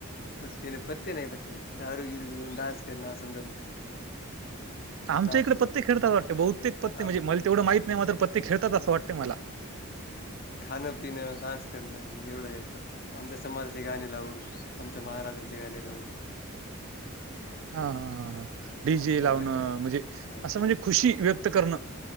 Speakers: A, on the left (about 40°); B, on the right (about 60°).
A: पत्त नाही पत्ते नाही पत्तते नाही दारू गिरि पिऊन डान्स करणार समजा
B: आमच्या
A: नाचणं
B: इकडे पत्ते खेळतच अस वाटते बहुतेक पत्ते
A: आम-
B: म्हणे मला तेढं माहीत नाही म पत्ते खेळतात अस वातते मला.
A: खाणं पिण डान्स करणं हे एवढं आहे फक्त आमच्या समाजाचे गाणे लावून आमच्या महाराजां गाणी लावून.
B: हा हा ह डी
A: असं
B: जे
A: साजरा
B: लावणं
A: केला जातो.
B: म्हणजे
A: हा
B: असं म्हणजे खुशी व्यक्त करणं.